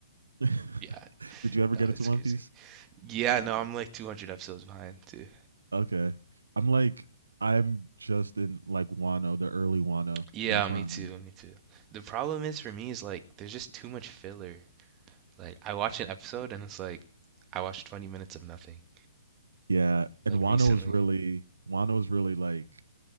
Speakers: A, on the right (about 80°); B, on the right (about 25°).
A: <laughs>
B: yeah.
A: Did you ever
B: No,
A: get
B: it's
A: into One
B: crazy.
A: Piece?
B: Yeah. No, I'm like 200 episodes behind too.
A: Okay. I'm like, I'm just in like Wano, the early Wano.
B: Yeah,
A: That's
B: me
A: where I'm
B: too.
A: at.
B: Me too. The problem is for me is like there's just too much filler. Like I watch an episode and it's like I watched 20 minutes of nothing.
A: Yeah.
B: Like
A: And Wano
B: recently.
A: is really, Wano is really like,